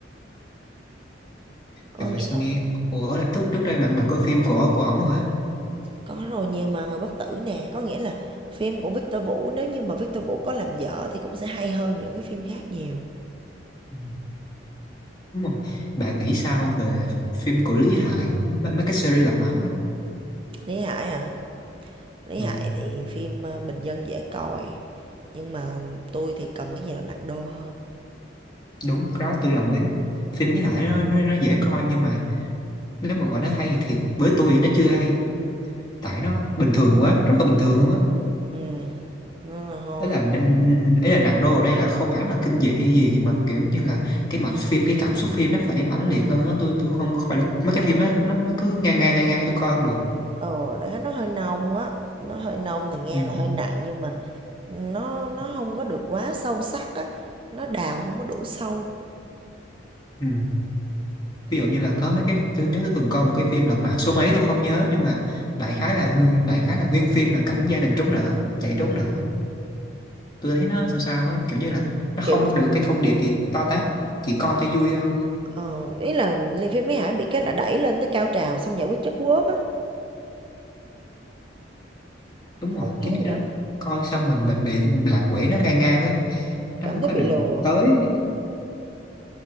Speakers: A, on the right (about 30°); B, on the left (about 25°).
A: Có
B: Trời
A: nghĩa
B: sao nghe Ủa là trước trước đây bạn bạn coi phim của của ổng rồi hả?
A: Có rồi, nhiều mà, Người Bất Tử nè, có nghĩa là phim của Victor Vũ nếu như mà Victor Vũ có làm dở thì cũng sẽ hay hơn những cái phim khác nhiều.
B: Ừ, Đúng rồi. Bạn nghĩ sao về phim của Lý Hải mấy, mấy cái series lật mặt á?
A: Lý Hải hả? Lý Hải
B: Ừ,
A: thì phim ờ, bình dân dễ coi, nhưng mà tôi thì cần cái gì nó nặng đô hơn.
B: đúng, cái đó tôi đồng ý. Phim Lý Hải nó, nó nó dễ coi nhưng mà nếu mà gọi nó hay thì với tôi thì nó chưa hay. Tại nó bình thường quá, rất là bình thường luôn á.
A: Ừ, nên là thôi.
B: Ấy là ấy là nặng đô ở đây là không hẳn là kinh dị hay gì nhưng mà kiểu như là cái mạch phim cái cảm xúc phim nó phải mãnh liệt hơn á tôi tôi không coi được mấy cái phim đó nó nó cứ ngang ngang ngang ngang tôi coi không được
A: Ờ, đại khái nó hơi nông á, nó hơi nông thì nghe
B: ừ.
A: là hơi nặng nhưng mà nó nó không có được quá sâu sắc á, nó đào không có đủ sâu.
B: Ừ. ví
A: Thì
B: dụ như là có mấy cái tôi nhớ tôi từng coi một cái phim Lật Mặt số mấy tôi không nhớ nhưng mà đại khái là nguyên đại khái là nguyên phim là cảnh gia đình trốn nợ chạy trốn nợ tôi thấy nó sao sao ấy kiểu như là nó
A: kiểu
B: không được cái thông điệp gì to tát chỉ coi cho vui thôi
A: ờ, ý là li- phim Lý Hải bị cái là đẩy lên tới cao trào xong giải quyết chất quốc á
B: đúng rồi
A: Không
B: chính
A: thấy vậy
B: cái
A: không?
B: đó coi xong mình mình bị lạc quẻ nó ngang ngang ấy nó
A: Cảm
B: không
A: thấy
B: có
A: bị
B: được
A: lừa.
B: tới